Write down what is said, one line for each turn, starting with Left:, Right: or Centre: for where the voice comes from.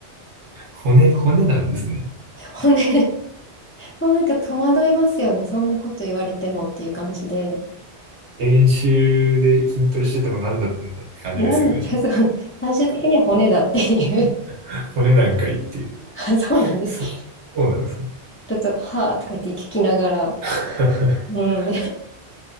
Right: 骨、骨なんですね。
Left: 骨、もうなんか戸惑いますよね。そんなこと言われてもっていう感じで。
Right: 練習で筋トレしてたの何だったんだって感じですよね、
Left: なんで
Right: じゃあ。
Left: <laughs> そう、最終的には骨だっていう。
Right: <laughs> 骨なんかいいっていう。
Left: <laughs> そうなんです。
Right: そう、
Left: ち
Right: そうなんですね。
Left: ょっと、はあとか言って聞きながら、
Right: <laughs>
Left: うん。